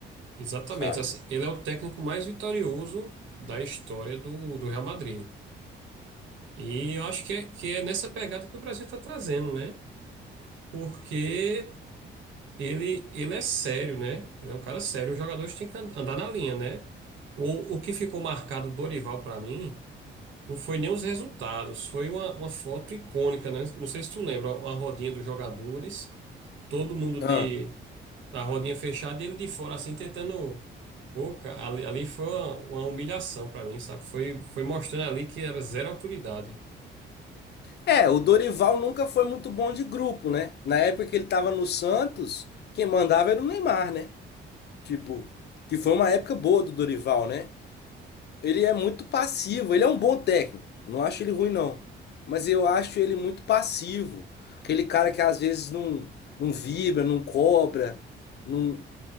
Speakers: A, on the right; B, on the left.
A: Exatamente.
B: sabe?
A: Assim, ele é o técnico mais vitorioso da história do, do Real Madrid. E eu acho que é, que é nessa pegada que o Brasil está trazendo, né? Porque ele, ele é sério, né? Ele é um cara sério. Os jogadores têm que an- andar na linha, né? O, o que ficou marcado do Dorival para mim. Não foi nem os resultados, foi uma, uma foto icônica, né? Não sei se tu lembra, ó, uma rodinha dos jogadores, todo mundo de
B: Ah.
A: a rodinha fechada e ele de fora assim tentando. Pô, cara, ali, ali foi uma, uma humilhação pra mim, sabe? Foi, foi mostrando ali que era zero autoridade.
B: É, o Dorival nunca foi muito bom de grupo, né? Na época que ele tava no Santos, quem mandava era o Neymar, né? Tipo, que foi uma época boa do Dorival, né? Ele é muito passivo. Ele é um bom técnico. Não acho ele ruim, não. Mas eu acho ele muito passivo. Aquele cara que às vezes não, não vibra, não cobra, não,